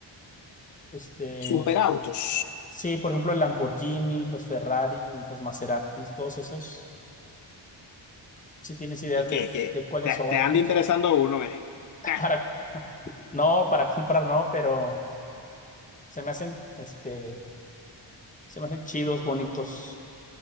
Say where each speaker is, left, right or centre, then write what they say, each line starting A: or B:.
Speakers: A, on the left; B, on the left.
A: Este,
B: Superautos.
A: sí, por ejemplo, el Lamborghini, los Ferrari, los Maseratis, todos esos. Si tienes ideas
B: ¿Y qué,
A: de,
B: qué?
A: de cuáles
B: Te,
A: son,
B: te anda
A: cómo
B: interesando
A: se-
B: uno, ¿eh?
A: <laughs>
B: <laughs>
A: para, no, para comprar no, pero se me hacen, este, se me hacen chidos, bonitos.